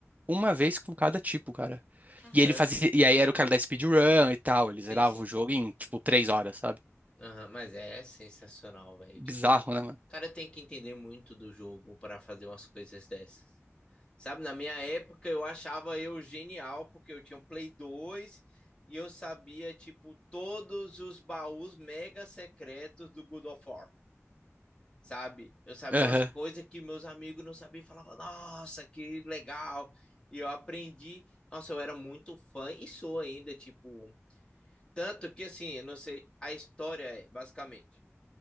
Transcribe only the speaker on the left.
Caramba.
Sim, sim.
Aham, mas é sensacional, velho.
Tipo, o
cara tem que entender muito do jogo para fazer umas coisas dessas. Sabe, na minha época eu achava eu genial porque eu tinha um Play 2 e eu sabia, tipo, todos os baús mega secretos do God of War, sabe? Eu sabia
umas coisas que meus amigos não sabiam e falavam, nossa, que legal. E eu aprendi, nossa, eu era muito fã e sou ainda, tipo, tanto que assim, eu não sei, a história é basicamente